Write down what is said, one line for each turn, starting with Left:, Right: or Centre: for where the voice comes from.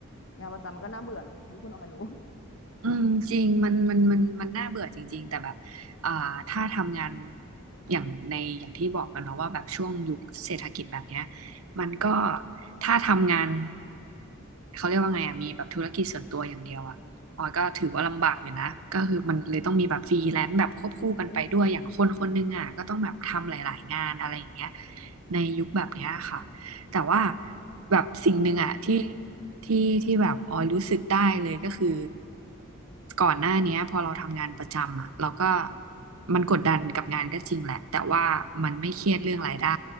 Left: งานประจำมันก็น่าเบื่อนะที่คุณออยรู้
Right: อืมจริงมันมันมันมันน่าเบื่อจริงๆแต่แบบอ่าถ้าทำงานอย่างในอย่างที่บอกกันเนาะว่าแบบช่วงยุคเศรษฐกิจแบบเนี้ยมันก็ถ้าทำงานเขาเรียกว่าไงอะมีแบบธุรกิจส่วนตัวอย่างเดียวอะออยก็ถือว่าลำบากอยู่นะก็คือมันเลยต้องมีแบบฟรีแลนซ์แบบควบคู่กันไปด้วยอย่างคนคนหนึงอะก็ต้องแบบทำหลายๆงานอะไรอย่างเงี้ย
Left: อืมอืม
Right: ในยุคแบบเนี้ยค่ะ แต่ว่าแบบสิ่งหนึ่งอะที่
Left: อืม
Right: ที่ที่แบบออยรู้สึกได้เลยก็คือก่อนหน้าเนี้ยพอเราทำงานประจำอะเราก็มันกดดันกับงานก็จริงแหละแต่ว่ามันไม่เครียดเรื่องรายได้